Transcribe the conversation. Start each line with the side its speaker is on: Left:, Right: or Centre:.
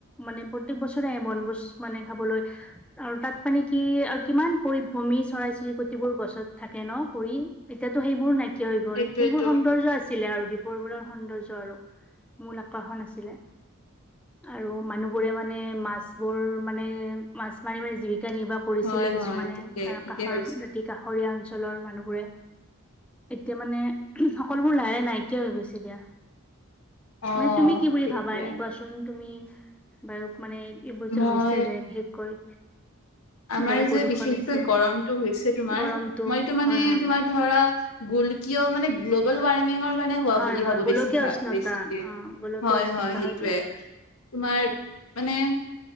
Centre: মানে প্ৰত্যেক বছৰে আহে বনভোজ মানে খাবলৈ। আৰু তাত মানে কি আৰু কিমান পৰিভ্ৰমী চৰাই চিৰিকটিবোৰ গছত থাকে ন পৰি। এতিয়াতো সেইবোৰো নাইকিয়া হৈ গ'ল,
Left: সেইটোৱেতো
Centre: সেইবোৰ সৌন্দৰ্য্য আছিলে আৰু দীপ <unintelligible> বিলৰ সৌন্দৰ্য্য আৰু মূল আকৰ্ষণ আছিলে আৰু মানুহবোৰে মানে মাছ বোৰ মানে, মাছ মাৰি মাৰি জীৱিকা নিৰ্বাহ কৰিছিলে
Left: হয়
Centre: কিছুমানে
Left: হয় ঠিকে
Centre: এ
Left: ঠিকে
Centre: কাষৰ
Left: কৈছা
Centre: দাতি কাষৰীয়া অঞ্চলৰ মানুহবোৰে এতিয়া মানে সকলোবোৰ লাহে নাইকিয়া হৈ গৈছে দিয়া।
Left: অ
Centre: মানে তুমি কি বুলি
Left: সেইটোৱে
Centre: ভাবা এনে কোৱাচোন তুমি বাৰু মানে এইবোৰ
Left: মই
Centre: যে হৈছে যে বিশেষকৈ
Left: আমাৰ
Centre: বায়ু প্ৰদূষণ
Left: যে বিশেষকৈ
Centre: হৈছে
Left: গৰমটো হৈছে তোমাৰ
Centre: গৰমটো
Left: মইতো মানে
Centre: হয় হয়
Left: তোমাৰ ধৰা গোলকিয় মানে গ্ল'বেল ৱাৰ্মিঙৰ কাৰণে হোৱা
Centre: হয়
Left: বুলি
Centre: হয়
Left: ভাবো
Centre: গোলকীয়
Left: বেছিভাগ,
Centre: উষ্ণতা
Left: বেছিকে
Centre: অ গোলকীয়
Left: হয়
Centre: উষ্ণতা
Left: হয় সেইটোৱে।
Centre: দিয়া
Left: তোমাৰ মানে